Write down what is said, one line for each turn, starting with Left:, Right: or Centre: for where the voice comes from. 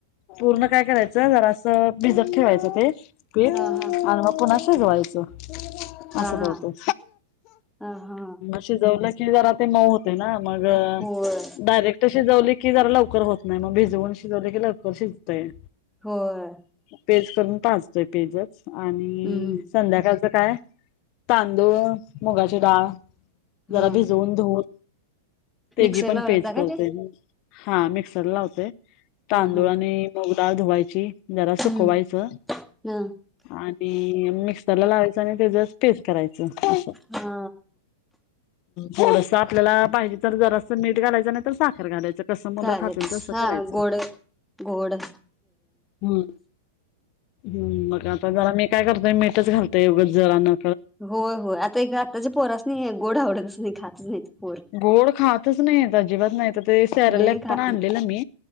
Left: पूर्ण काय करायचं जरास भिजत ठेवायचं ते पीठ
Centre: हा
Left: आणि
Centre: हा
Left: मग पुन्हा भिजवायचं
Centre: हा
Left: असं
Centre: हा
Left: करतो
Centre: हा हा
Left: शिजवलं की जरा ते मऊ होते ना, मग
Centre: होय
Left: डायरेक्ट शिजवलं की जरा लवकर होत नाही मग भिजवून शिजवले की लकर शिजतंय.
Centre: होय.
Left: पेज करून पाजतोय पेजच आणि
Centre: हम्म
Left: संध्याकाळचं काय तांदूळ मुगाची डाळ जरा
Centre: हा
Left: भिजवून धुवून त्याची
Centre: मिक्सर
Left: पण
Centre: लावलता
Left: पेज करतोय
Centre: का ते
Left: हा मिक्सरला लावतो तांदुळ
Centre: हा हा
Left: आणि डाळ धुवायची जरा
Centre: हम्म
Left: सुकवायचं
Centre: ह
Left: आणि मिक्सरला लावायच त्याच पेस्ट करायचं असं
Centre: हा
Left: थोडस आपल्याला पाहिजे तर जरास मीठ घालायचं नाही तर साखर घालायचं कसं मुलं
Centre: चालेल
Left: खातील तसं
Centre: हा
Left: करायचं.
Centre: गोड गोड
Left: हम्म. हम्म मग आता जरा मी काय करतोय मीठच घालतोय उगच त्यातन
Centre: होय होय आता एक त्याच्या पोरास्नी गोड आवडत तच नाही खातच नाहीत पोर
Left: गोड खातच नाही अजिबात नाही तर ते सार्लॅक
Centre: नाही खात
Left: पण आणलेला मी